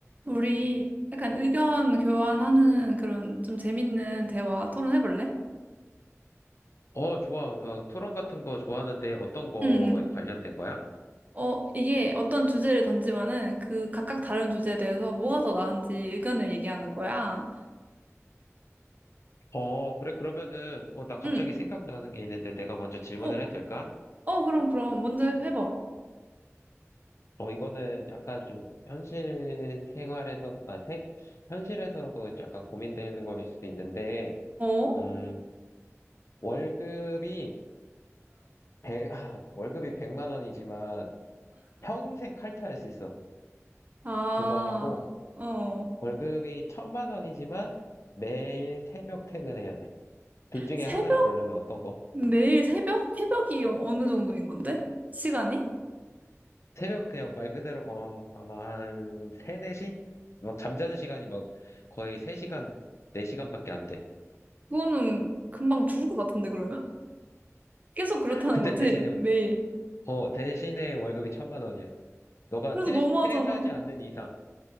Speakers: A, on the right (about 30°); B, on the left (about 65°).
A: 우리 약간 의견 교환하는 그런 좀 재밌는 대화 토론해볼래?
B: 어, 좋아. 나 토론 같은 거 좋아하는데 어떤 거에
A: 응.
B: 관련된 거야?
A: 어, 이게 어떤 주제를 던지면은 그 각각 다른 주제에 대해서 뭐가 더 나은지 의견을 얘기하는 거야.
B: 어, 그래. 그러면은, 어, 나 갑자기
A: 응.
B: 생각나는 게 있는데 내가 먼저 질문을
A: 어,
B: 해도 될까?
A: 어, 그럼, 그럼. 먼저 해- 해봐.
B: 어, 이거는 약간 좀 현실 생활에서, 아, 세, 현실에서도 약간 고민되는 거일 수도 있는데,
A: 어? 어?
B: 음, 월급이, 백, <laughs> 월급이 100만 원이지만 평생 칼퇴할 수 있어.
A: 아,
B: 그거 하고,
A: 어.
B: 월급이 천만 원이지만 매일 새벽 퇴근해야 돼. 둘 중에
A: 새벽?
B: 하나를 고르면 어떤 거?
A: 매일 새벽? 새벽이 어- 어느 정도인 건데? 시간이?
B: 새벽 그냥 말 그대로 어 아마 한 3, 4시? 막 잠자는 시간이 막 거의 3시간, 4시간밖에 안 돼.
A: 그거는 금방 죽을 것 같은데, 그러면? 계속 그렇다는
B: 근데
A: 거지?
B: 대신에
A: 매일.
B: 어 대신에 월급이 천만 원이야. 너가
A: 그래도
B: 퇴,
A: 너무하잖아.
B: 퇴사하지 않는 이상